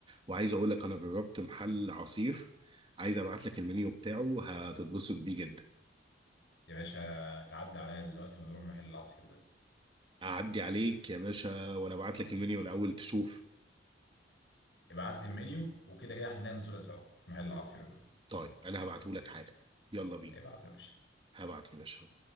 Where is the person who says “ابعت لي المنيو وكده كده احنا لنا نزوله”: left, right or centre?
Left